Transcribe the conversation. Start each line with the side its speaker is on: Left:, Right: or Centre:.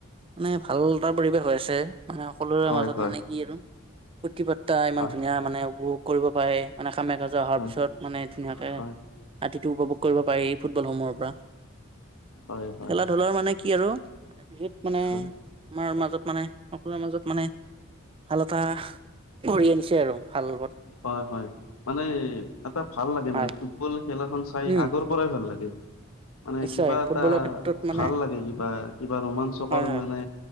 Right: মানে ভাল এটা পৰিৱেশ হৈ আছে মানে সকলোৰে
Left: হয়
Right: মাজত
Left: হয়
Right: মানে কি আৰু ফূৰ্টী পাৰ্তা ইমান
Left: হয়
Right: ধুনীয়া মানে উ কৰিব পাৰে মানে কামে কাজে অহাৰ
Left: হয়
Right: পিছত মানে ধুনীয়াকে।
Left: হয়
Right: ৰাতিটো উপভোগ কৰিব পাৰি এই ফুটবলসমূহৰ পৰা।
Left: হয় হয়
Right: খেলা ধূলাৰ মানে কি আৰু বহুত মানে
Left: হয়
Right: আমাৰ মাজত মানে সকলোৰে মাজত মানে ভাল এটা কৰি আনিছে আৰু ভাল ব
Left: হয় হয় মানে এটা ভাল লাগে
Right: হয়
Left: মানে ফুটবল খেলাখন চাই
Right: উম
Left: আগৰ পৰাই ভাল লাগে, মানে
Right: নিশ্চয়
Left: কিবা এটা
Right: ফুটবলৰ ক্ষেত্ৰত মানে
Left: ভাল লাগে কি বা কিবা ৰোমাঞ্চকৰ
Right: হয় হয়
Left: মানে